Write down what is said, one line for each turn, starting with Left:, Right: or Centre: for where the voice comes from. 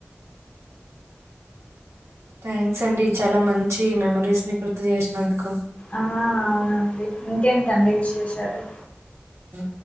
Right: చాలా థ్యాంక్స్ అండి చాలా మంచి మెమరీస్ ని గుర్తు చేసినందుకు
Left: ఆ అవునండి ఇంకేంటండి విశేషాలు
Right: హ్